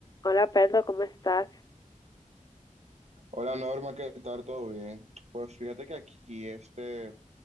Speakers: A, on the left; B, on the right.
A: Hola Pedro, ¿cómo estás?
B: Hola Norma, ¿qué tal? ¿Todo bien? Pues fíjate que aquí, este,